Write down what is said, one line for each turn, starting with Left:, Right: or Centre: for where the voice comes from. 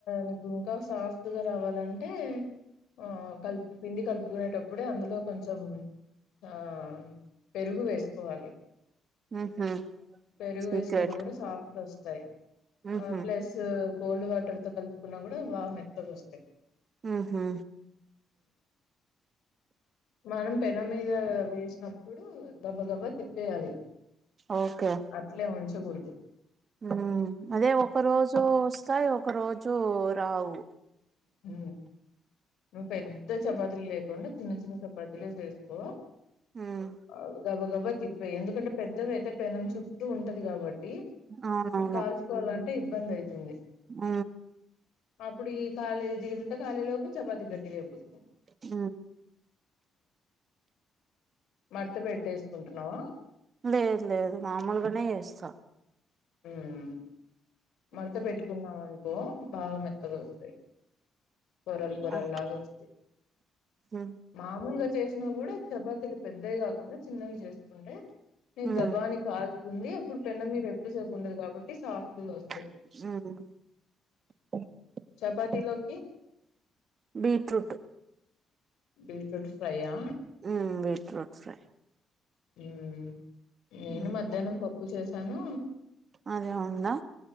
Left: నీకు ఇంకా సాఫ్ట్గా రావాలంటే ఆ కలుపు పిండి కలుపుకునేటప్పుడే అందులో కొంచెం ఆ పెరుగు వేసుకోవాలి
Right: ఉహు
Left: పెరుగు
Right: సీక్రెట్
Left: వేసుకున్నా కూడా సాఫ్ట్ వస్తాయి
Right: ఉహు
Left: ఆ ప్లస్ కోల్డ్ వాటర్ తో కలుపుకున్నా కూడా బాగా మెత్తగా వస్తాయి
Right: ఉహు
Left: మనం పెనం మీద వేసి అప్పుడు గబ గబా తిప్పేయాలి
Right: ఓకే
Left: అట్లే ఉంచగూడ్దు
Right: ఉమ్ అదే ఒక రోజు వస్తాయ్ ఒక రోజు రావు
Left: అ నువ్ పెద్ద చపాతీలు లేకుండా చిన్న చిన్న చపాతీలె చేస్కో
Right: ఉమ్
Left: అవ్ గబ గబ తిప్పెయ్ ఎందుకంటే పెద్దవి అయితే పెనం చుట్టూ ఉంటది కాబట్టి
Right: అవునవును
Left: మీ కాల్స్ అంటే ఇబ్బంది అయితుంది
Right: ఆ
Left: అప్పుడు ఈ ఖాళీ జిగింత కాలే లోపు చపాతి గట్టిగయిపోతుంది
Right: ఆ
Left: మర్త పెట్టేసుకుంటున్నావా
Right: లేదు లేదు మామూలుగనే యేస్తా
Left: హ్మ్ మడత
Right: ఉమ్
Left: బెట్టుకున్నాం అనుకో బాగా మెత్తగొస్తయ్ పొరలు పొరలు
Right: ఆ
Left: లా వస్తయ్
Right: ఉమ్
Left: మామూలుగా చేసినా కూడా చపాతీలు పెద్దవి కాకుండా చిన్నవి చేసుకుంటే మీ గబాని
Right: ఉమ్
Left: కాల్తుంది అప్పుడు పెన్నమ్ మీద ఎక్కువసేపు ఉండదు కాబట్టి సాఫ్ట్ గా వస్
Right: అ
Left: చపాతీలోకి
Right: బీట్రూటు
Left: బీట్రూట్ ఫ్రైయా
Right: హ్మ్ బీట్రూట్ ఫ్రైయ్
Left: ఉమ్ నేను
Right: మ్మ్
Left: మధ్యాహ్నం పప్పు చేసాను
Right: అదే ఉందా